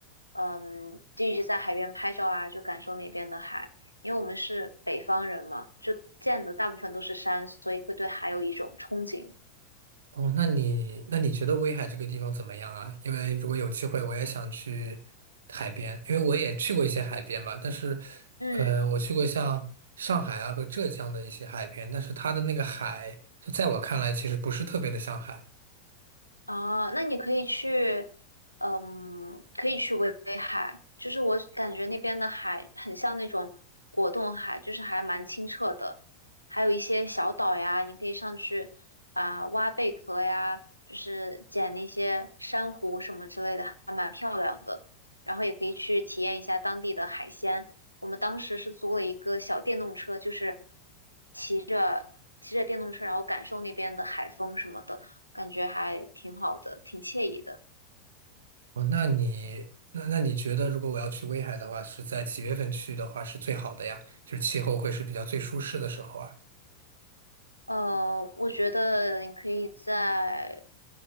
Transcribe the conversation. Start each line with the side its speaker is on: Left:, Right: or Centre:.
Left: 嗯，就一直在海边拍照啊，就感受那边的海，因为我们是北方人嘛，就见的大部分都是山，所以会对海有一种憧憬。
Right: 哦，那你那你觉得威海这个地方怎么样啊？因为如果有机会，我也想去海边，因为我也去过一些海边嘛。但是，
Left: 嗯。
Right: 呃，我去过像上海啊和浙江的一些海边，但是它的那个海，就在我看来，其实不是特别的像海。
Left: 啊，那你可以去，嗯，可以去威威海，就是我感觉那边的海很像那种果冻海，就是还蛮清澈的，还有一些小岛呀，你可以上去啊，挖贝壳呀，就是捡那些珊瑚什么之类的，还蛮漂亮的。然后也可以去体验一下当地的海鲜。我们当时是租了一个小电动车，就是骑着骑着电动车，然后感受那边的海风什么的。感觉还挺好的，挺惬意的。
Right: 哦，那你那那你觉得，如果我要去威海的话，是在几月份去的话是最好的呀？就是气候会是比较最舒适的时候啊。
Left: 呃，我觉得你可以在